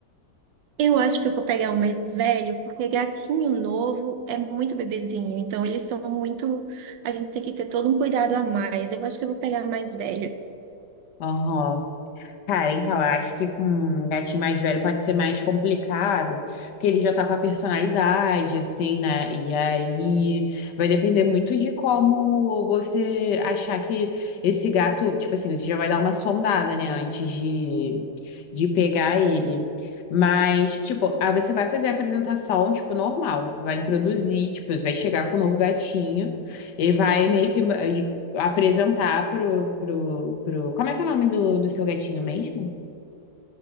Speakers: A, on the right; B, on the left.
A: Eu acho que eu vou pegar o mais velho, porque gatinho novo é muito bebezinho, então eles são muito. A gente tem que ter todo um cuidado a mais. Eu acho que eu vou pegar mais velho.
B: Aham. Cara, então, eu acho que com um gatinho mais velho pode ser mais complicado, porque ele já tá com a personalidade, assim, né? E aí vai depender muito de como você achar que esse gato, tipo assim, você já vai dar uma sondada, né, antes de, de pegar ele. Mas, tipo, aí você vai fazer a apresentação, tipo, normal. Você vai introduzir, tipo, você vai chegar com o novo gatinho e vai meio que apresentar pro, pro, pro... Como é que é o nome do, do seu gatinho mesmo?